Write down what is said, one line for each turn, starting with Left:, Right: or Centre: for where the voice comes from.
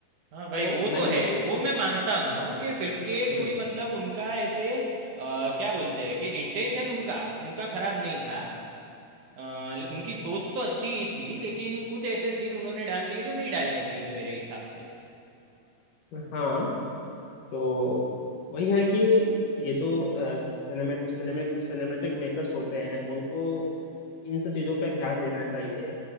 Right: हाँ भाई
Left: तो
Right: वो
Left: मैं
Right: तो
Left: इसको
Right: है वो मैं मानता हूँ
Left: हाँ
Right: कि फिल्म के
Left: हम्म
Right: कोई मतलब उनका ऐसे अ, क्या बोलते हैं कि इंटेंशन उनका उनका खराब नहीं था अ, उनकी सोच तो अच्छी ही थी लेकिन कुछ ऐसे सीन उन्होंने डाल दिए जो नहीं डालने चाहिए थे मेरे हिसाब से
Left: हाँ तो वही है कि ये जो सिनेमेट सिनेमिक सिनेमेटिक मेकर्स होते हैं उनको इन सब चीज़ों पे ध्यान देना चाहिए